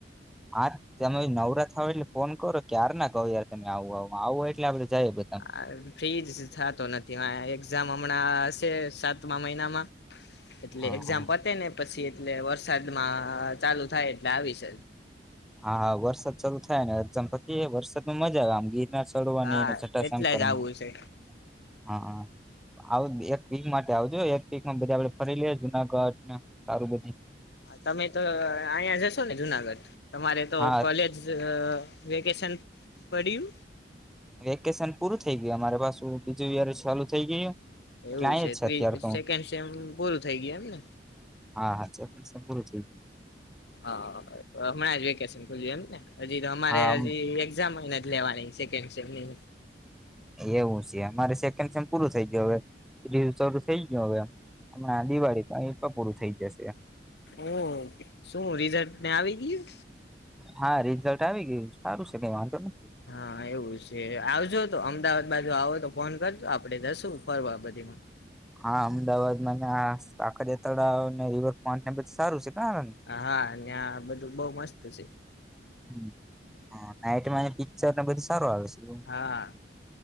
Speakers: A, in the centre; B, on the left.
A: હા તમે નવરાત્ર હો એટલે ફોન કરો ક્યાર ના કહો યાર તમે આવું આવ આવું હોય એટલે આપડે જઈએ બધા
B: હ ફ્રીજ થતો નથી એક્ઝામ હમણાં હશે સાત મા મહિનામાં એટલે
A: હા
B: એક્ઝામ પતે ને પછી એટલે વરસાદમાં ચાલુ થાય એટલે આવીશ જ.
A: હા હા વરસાદ ચાલુ થાય ને એક્ઝામ પતિ વરસાદમાં મજા આવે આમ ગીત <unintelligible>
B: હા એટલે જ આવું છે
A: હા. આવ એક વીક માટે આવજો એક વીકમાં બધા આપડે ફરી લઈએ. જુનાગઢ સારું બધી
B: હા તમે તો અહીંયા જશો ને જુનાગઢ તમારે તો
A: હા
B: કોલેજ અ વેકેશન પડીયુ?
A: વેકેશન પૂરું થઈ ગયું અમારે પાસુ બીજું યાર ચાલુ થઈ ગયું. એટલે
B: એવું
A: આ જ છે
B: ત્રી
A: અત્યારે તો.
B: સેકન્ડ સેમ પૂરું થઈ ગયું એમ ને
A: હ હા હા. <unintelligible>
B: હ હમણાં જ વેકેશન ખુલ્યું એમને હજી તો અમારે
A: હા આમ
B: હજી એક્જામ જ લેવાની છે. કેન્સર નેવું
A: એવું છે. અમારે સેકન્ડે પૂરું થઈ ગયું. હવે <unintelligible> શરૂ થઈ ગયો હવે. હમણાં દિવાળી પણ એ પણ પુરું થઈ જશે
B: ઓ શું રિઝલ્ટ ને આવી ગીયુ?
A: હા રિઝલ્ટ આવી ગયું સારું છે કે વાંધો નને.
B: હા એવું છે આવજો તો અમદાવાદ બાજુ આવો તો ફોન કરજો આપડે જશું ફરવા બધી માં
A: હા અમદાવાદમાં સાકરિયા તળાવ અને રિવરફ્રન્ટ ને બધું સારું છે. કારણ
B: હા, ન્યા બધું બોવ મસ્ત સે.
A: હું અ નાઈટમાંય પિક્ચર ને બધું સારું આવે સ. એવમ્
B: હા